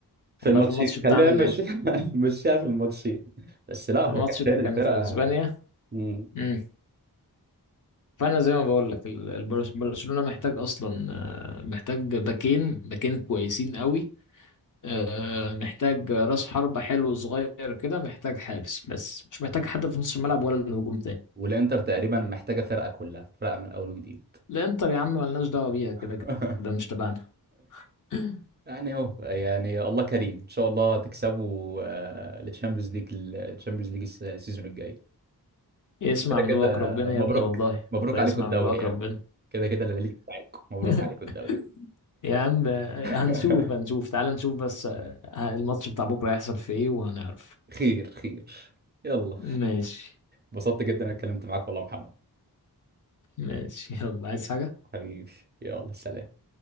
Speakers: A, on the right (about 25°); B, on the left (about 50°).
A: في
B: والله
A: الماتشين
B: في الماتش بتاعنا
A: خلينا
B: اللي
A: نمشيها <laughs> نمشيها في الماتشين بس لا
B: في
A: هو
B: الماتش
A: كان شايل
B: اللي كان
A: الفرقه
B: في اسبانيا
A: مم.
B: امم فانا زي ما بقول لك ال- البرش- برشلونة محتاج اصلا آه، محتاج باكين باكين كويسين قوي آه، محتاج راس حربة حلو صغير كده محتاج حارس بس مش محتاج حد في نص الملعب ولا الهجوم تاني
A: والانتر تقريبا محتاجه فرقه كلها فرقه من الاول وجديد
B: الانتر يا عم ملناش دعوة بيها كده
A: <laughs>
B: كده مش تبعنا <clears throat>
A: يعني اهو يعني الله كريم ان شاء الله تكسبوا التشامبيونز ليج التشامبيونز ليج السيزون الجاي
B: <laughs> يسمع
A: كده
B: من
A: كده
B: بقك ربنا
A: مبروك
B: يا ابني والله
A: مبروك
B: والله
A: عليكم
B: يسمع
A: الدوري
B: من بقك
A: يعني
B: ربنا
A: كده كده اللي ليج بتاعتكم مبروك
B: <laughs>
A: عليكم الدوري
B: يا عم آه،
A: <laughs>
B: هنشوف هنشوف تعال نشوف بس آه، الماتش بتاع بكرة هيحصل في ايه وهنعرف
A: خير خير يلا
B: ماشي
A: اتبسطت جدا انا اتكلمت معاك والله يا محمد
B: ماشي يلا عايز حاجة
A: حبيبي يلا سلام